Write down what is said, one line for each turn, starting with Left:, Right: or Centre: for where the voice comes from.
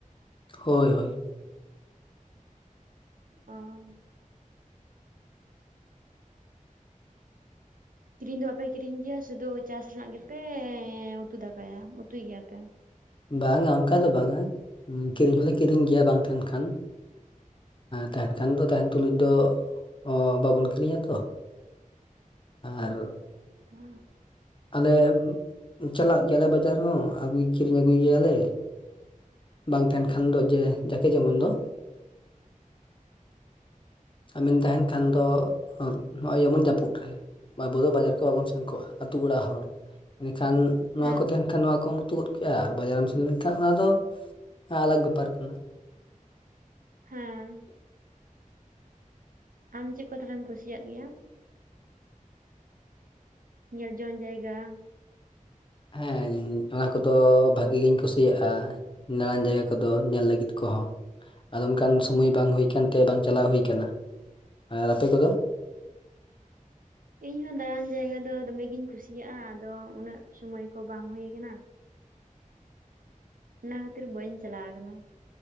Left: ᱦᱳᱭ ᱦᱳᱭ
Right: ᱚᱻ ᱠᱤᱨᱤᱧ ᱫᱚ ᱵᱟᱯᱮ ᱠᱤᱨᱤᱧ ᱜᱮᱭᱟ ᱥᱩᱫᱷᱩ ᱪᱟᱥ ᱨᱮᱱᱟᱜ ᱜᱮᱯᱮ ᱩᱛᱩ ᱫᱟᱠᱟᱭᱟ ᱩᱛᱩᱭ ᱜᱮᱭᱟᱯᱮ
Left: ᱵᱟᱝᱟ ᱚᱱᱠᱟ ᱫᱚ ᱵᱟᱝᱟ ᱠᱤᱨᱤᱧ ᱦᱚᱸᱞᱮ ᱠᱤᱨᱤᱧ ᱜᱮᱭᱟ ᱵᱟᱝ ᱛᱟᱦᱮᱱ ᱠᱷᱟᱱ ᱛᱟᱦᱮᱱ ᱠᱷᱟᱱ ᱫᱚ ᱛᱟᱦᱮᱱ ᱛᱩᱞᱩᱡ ᱫᱚ ᱵᱟᱵᱚᱱ ᱠᱤᱨᱤᱧᱟ ᱛᱚ ᱟᱨ
Right: ᱦᱮᱸ
Left: ᱟᱞᱮ ᱪᱟᱞᱟᱜ ᱜᱮᱭᱟ ᱞᱮ ᱵᱟᱡᱟᱨ ᱦᱚᱸ ᱟᱹᱜᱩᱭ ᱠᱤᱨᱤᱧ ᱟᱹᱜᱩᱭ ᱜᱮᱭᱟ ᱞᱮ ᱵᱟᱝ ᱛᱟᱦᱮᱸᱱ ᱠᱷᱟᱱ ᱫᱚ ᱡᱮ ᱡᱟᱠᱮ ᱡᱮᱢᱚᱱ ᱫᱚ᱾ ᱟᱵᱤᱱ ᱛᱟᱦᱮᱸᱱ ᱠᱷᱟᱱ ᱫᱚ ᱱᱚᱜᱚᱭ ᱡᱮᱢᱚᱱ ᱡᱟᱹᱯᱩᱫ ᱨᱮ ᱟᱵᱚ ᱫᱚ ᱵᱟᱡᱟᱨ ᱠᱚ ᱵᱟᱵᱚᱱ ᱥᱮᱱ ᱠᱚᱜᱼᱟ ᱟᱹᱛᱩ ᱚᱲᱟᱜ ᱦᱚᱲ᱾ ᱮᱸᱱᱠᱷᱟᱱ ᱱᱚᱣᱟ
Right: ᱦᱮᱸ
Left: ᱠᱚ ᱛᱟᱦᱮᱸᱱ ᱠᱷᱟᱱ ᱱᱚᱣᱟ ᱠᱚᱢ ᱩᱛᱩ ᱜᱚᱫ ᱠᱮᱜᱼᱟ ᱟᱨ ᱵᱟᱡᱟᱨᱮᱢ ᱥᱮᱱ ᱞᱮᱱᱠᱷᱟᱱ ᱚᱱᱟ ᱫᱚ᱾ ᱦᱮᱸ ᱟᱞᱟᱜ ᱵᱮᱯᱟᱨ ᱠᱟᱱᱟ᱾
Right: ᱦᱮᱸ ᱟᱢ ᱪᱮᱫ ᱠᱚ ᱛᱟᱦᱞᱮᱢ ᱠᱩᱥᱤᱭᱟᱜ ᱜᱮᱭᱟ? ᱧᱮᱞ ᱡᱚᱱ ᱡᱟᱭᱜᱟ
Left: ᱦᱮᱸ ᱚᱱᱟ ᱠᱚᱫᱚ ᱵᱷᱟᱹᱜᱤ ᱜᱤᱧ ᱠᱩᱥᱤᱭᱟᱜᱼᱟ᱾ ᱱᱟᱣᱟᱱ ᱡᱟᱭᱜᱟ ᱠᱚᱫᱚ ᱧᱮᱞ ᱞᱟᱹᱜᱤᱫ ᱠᱚᱦᱚᱸ᱾ ᱟᱫᱚ ᱚᱱᱠᱟᱱ ᱥᱚᱢᱚᱭ ᱵᱟᱝ ᱦᱩᱭ ᱟᱠᱟᱱᱛᱮ ᱵᱟᱝ ᱪᱟᱞᱟᱣ ᱦᱩᱭ ᱠᱟᱱᱟ᱾ ᱟᱨ ᱟᱯᱮ ᱠᱚᱫᱚ?
Right: ᱤᱧ ᱦᱚᱸ ᱫᱟᱬᱟᱸᱱ ᱡᱟᱭᱜᱟ ᱫᱚ ᱫᱚᱢᱮ ᱜᱤᱧ ᱠᱩᱥᱤᱭᱟᱜ-ᱟ ᱟᱫᱚ ᱩᱱᱟᱹᱜ ᱥᱚᱢᱚᱭ ᱠᱚ ᱵᱟᱝ ᱦᱩᱭ ᱠᱟᱱᱟ ᱚᱱᱟ ᱠᱷᱟᱹᱛᱤᱨ ᱵᱟᱹᱧ ᱪᱟᱞᱟᱣ ᱟᱠᱟᱱᱟ